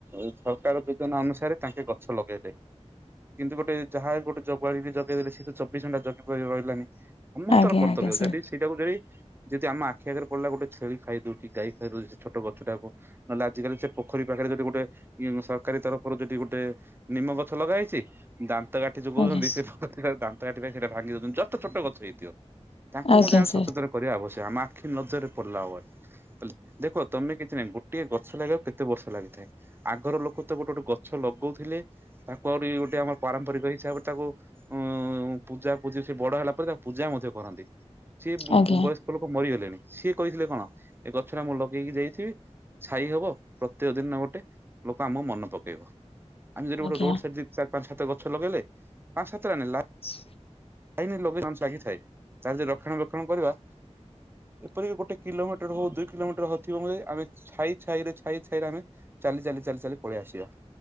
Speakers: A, on the right (about 20°); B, on the left (about 55°).
A: ଉଁ ସରକାର ଯୋଜନା ଅନୁସାରେ ତାଙ୍କେ ଗଛ ଲଗେଇଲେ। କିନ୍ତୁ ଗୋଟେ ଯାହା ଗୋଟେ ଜଗୁଆଳି ବି ଜଗେଇଦେଲେ ସେ ତ ଚବିଶ ଘଣ୍ଟା ଜଗି ପାରି ରହିଲାନି ସମସ୍ତର
B: ଆଜ୍ଞା
A: କର୍ତ୍ତବ୍ୟ
B: ଆଜ୍ଞା ସାର୍
A: ଯଦି ସେଇଟାକୁ ଯଦି ଯଦି ଆମ ଆ ଆଖି ଆଗରେ ପଡିଲା ଗୋଟେ ଛେଳି ଖାଇଦଉଛି ଗାଈ ଖାଇଦଉଛି ସେ ଛୋଟ ଗଛଟାକୁ। ନହେଲେ ଆଜିକାଲି ସେ ପୋଖରୀ ପାଖରେ ଯଦି ଗୋଟେ ଏ ସରକାରୀ ତରଫରୁ ଯଦି ଗୋଟେ ନିମ ଗଛ ଲଗା ହେଇଛି। ଦାନ୍ତ କାଠି ଯୋଉ କହୁଛନ୍ତି
B: ଆଜ୍ଞା
A: ସେ ଦାନ୍ତ କାଠି ପାଇଁ ସେଇଟା ଭାଙ୍ଗି ଦଉଛନ୍ତି ଜଷ୍ଟ ଛୋଟ ଗଛ ହେଇଥିବ। ତାଙ୍କୁ
B: ଆଜ୍ଞା
A: ମଧ୍ୟ ଆମେ
B: ସାର୍
A: ସଚେତନ କରିବା ଆବଶ୍ୟକ ଆମ ଆ ଆଖି ନଜରରେ ପଡିଲା ଆଉ ହବନି କହି ଦେଖ ତମେ କିଛି ନାଇ ଗୋଟେ ଗଛ ଲାଗବାକୁ କେତେ ବର୍ଷ ଲାଗିଥାଏ। ଆଗର ଲୋକ ତ ଗୋଟେ ଗୋଟେ ଗଛ ଲଗଉଥିଲେ ତାକୁ ଆହୁରି ଗୋଟେ ଆମର ପାରମ୍ପରିକ ହିସାବରେ ତାକୁ ଉ ପୂଜା ପୂଜି ସେ ବଡ ହେଲା ପରେ ତାକୁ ପୂଜା ମଧ୍ୟ କରନ୍ତି। ସିଏ ବୁ
B: ଆଜ୍ଞା
A: ବୁ ବୟସ୍କ ଲୋକ ମରିଗଲେଣି ସିଏ କହିଥିଲେ କଣ ଏ ଗଛ ଟା ମୁଁ ଲଗେଇକି ଯାଇଥିବି ଛାଇ ହବ ପ୍ରତ୍ୟେକ ଦିନ ଗୋଟେ ଲୋକ ଆମ ମନ ପକେଇବ। ଆମେ ଯଦି
B: ଆଜ୍ଞା
A: ଗୋଟେ ରୋଡ ସାଇଡ ଯ ଚାରି ପାଞ୍ଚ ସାତ ଗଛ ଲଗେଇଲେ ପାଞ୍ଚ ସାତଟା ନେଇ
B: <unintelligible>
A: ଲା <unintelligible> ଲାଗିଥାଏ ତାରି ରକ୍ଷଣା ବକ୍ଷଣ କରିବା। ଏପରିକି ଗୋଟେ କିଲୋମିଟର ହଉ ଦୁଇ କିଲୋମିଟର ହଉଥିବ ମ ଆମେ ଛାଇ ଛାଇ ରେ ଛାଇ ଛାଇରେ ଆମେ ଚାଲି ଚାଲି ଚାଲି ଚାଲି ପଳେଇ ଆସିବା